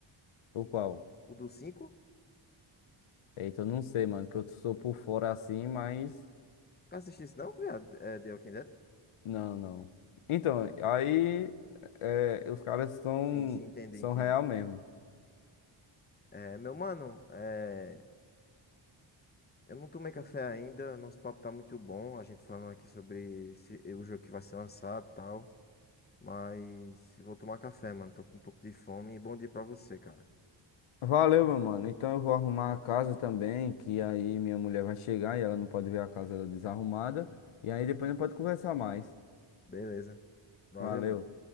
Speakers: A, on the left (about 85°); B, on the left (about 20°).
A: o qual?
B: O do cinco?
A: Eita, eu não sei, mano, que eu sou por fora assim, mas.
B: Assistiu isso não, viado? É The Walking Dead?
A: Não, não. Então, aí. é, é, os caras são,
B: Sim, sim, entendi,
A: são
B: entendi.
A: real mesmo.
B: É, meu mano, é, eu não tomei café ainda, nosso papo tá muito bom, a gente falando aqui sobre esse- o jogo que vai ser lançado, e tal. Mas eu vou tomar café, mano. Tô com um pouco de fome. E bom dia pra você, cara.
A: Valeu, meu mano. Então eu vou arrumar a casa também, que aí minha mulher vai chegar e ela não pode ver a casa desarrumada. E aí depois não pode conversar mais.
B: Beleza. Valeu,
A: Valeu.
B: mano.